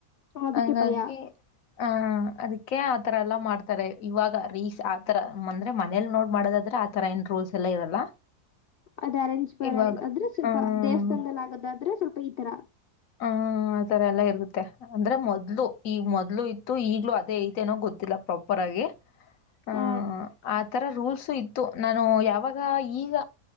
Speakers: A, on the left; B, on the left.
A: ಅದಕ್ಕೆ
B: ಹಾಗಾಗಿ
A: ಭಯ
B: ಆ ಹ ಅದಕ್ಕೆ ಆತರ ಎಲ್ಲಾ ಮಾಡ್ತಾರೆ ಇವಾಗ ರೀಸ್ ಆತರ ಅಂದ್ರೆ ಮನೇಲಿ ನೋಡ್ ಮಾಡದಾದ್ರೆ ಆ ತರ ಏನ್ ರೋಲ್ಸ್ ಎಲ್ಲ ಇರಲ್ಲ
A: ಅದ್ ಅರೆಂಜ್ ಬಾರ
B: ಇವಾಗ
A: ಅ್ರೆ ಸ್ವಲ್ಪ
B: ಹ್ಮ್
A: ದೇವಸ್ಥಾನದಲ್ಲಿ ಆಗೋದಾದ್ರೆ ಸ್ವಲ್ಪ ಈ ತರ
B: ಹ್ಮ ಆತರ ಎಲ್ಲ ಇರತ್ತೆ ಅಂದ್ರೆ ಮೊದ್ಲು ಈಗ ಮೊದ್ಲು ಇತ್ತು ಈಗ್ಲೂ ಅದೇ ಐತೆನೋ ಗೊತ್ತಿಲ್ಲ ಪ್ರಾಪರ್ ಆಗಿ ಆಹ್
A: ಹ
B: ಆ ತರ ರೂಲ್ಸು ಇತ್ತು ನಾನು ಯಾವಾಗ ಈಗ